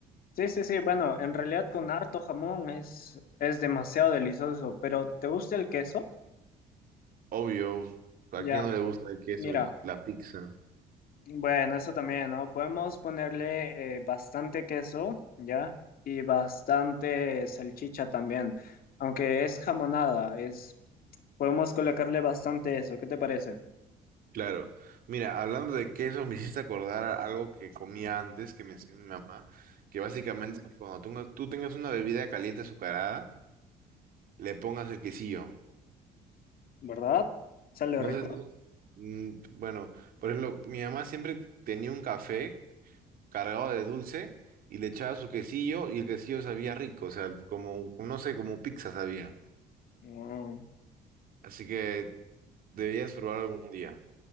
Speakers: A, on the left (about 60°); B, on the right (about 60°).
A: Sí, sí, sí, bueno, en realidad con harto jamón es, es demasiado delicioso, pero ¿te gusta el queso?
B: Obvio, ¿a
A: Ya,
B: quién no le gusta el queso
A: mira,
B: y la pizza?
A: bueno, eso también, ¿no? Podemos ponerle eh, bastante queso, ¿ya? Y bastante salchicha también, aunque es jamonada, es, podemos colocarle bastante eso, ¿qué te parece?
B: Claro. Mira, hablando de queso, me hiciste acordar a algo que comía antes, que me hacía mi mamá, que básicamente es que cuando tú, tú tengas una bebida caliente azucarada, le pongas el quesillo.
A: ¿verdad? ¿Sale
B: No
A: rico?
B: sé, no- mm, bueno, por ejemplo, mi mamá siempre tenía un café cargado de dulce y le echaba su quesillo y el quesillo sabía rico, o sea, como, como, no sé, como pizza sabía.
A: Mm.
B: Así que deberías probar algún día.